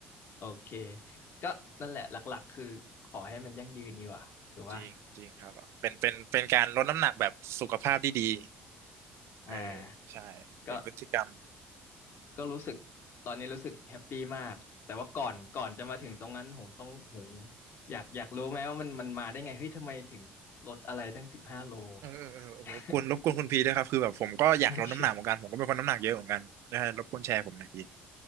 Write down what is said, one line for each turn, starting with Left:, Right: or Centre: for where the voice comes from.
Left: โอเคก็นั่นแหละหลักๆคือขอให้มันยั่งยืนดีกว่าถือว่า
Right: จริงจริงครับ เป็นเป็นเป็นการลดน้ำหนักแบบสุขภาพที่ดี
Left: <laughs> อ่า
Right: เออใช่เป็นพฤติกรรม
Left: ก็ ก็รู้สึกตอนนี้รู้สึกแฮปปี้มากแต่ว่าก่อนก่อนจะมาถึงตรงนั้นผมต้องโหอยากอยากรู้ไหมว่ามันมันมาได้ไงเฮ้ยทำไมถึงลดอะไรตั้งสิบห้าโล
Right: เออเออเออเออรบกวนรบกวนคุณพีด้วยครับคือแบบผมก็อยากลดน้ำหนักเหมือนกัน
Left: <laughs> โอเค
Right: ผมก็เป็นคนน้ำหนักเยอะเหมือนกันนะฮะรบกวนแชร์ผมหน่อยพี